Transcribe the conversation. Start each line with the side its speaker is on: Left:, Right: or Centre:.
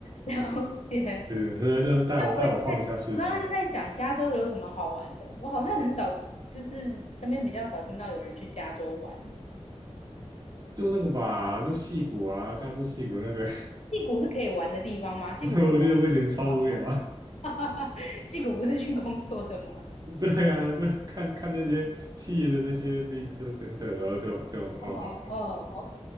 Left: 了解。
Right: 对，所以他就带我带我晃一下市区，
Left: 因为我也在，我刚刚就在想加州有什么好玩的。我好像很少，就是身边比较少听到有人去加州玩。
Right: 就那个吧，就戏谷啊，加州戏谷那个，
Left: 戏谷是可以玩的地方吗？
Right: <laughs>
Left: 戏谷不是工作的地
Right: 我觉得不行，超无聊。
Left: 方吗？<laughs> 戏谷不是去工作的吗？
Right: <laughs> 对啊，就看看那些细的那些 visitor center，然后就就哦，
Left: 哦哦，OK，
Right: 好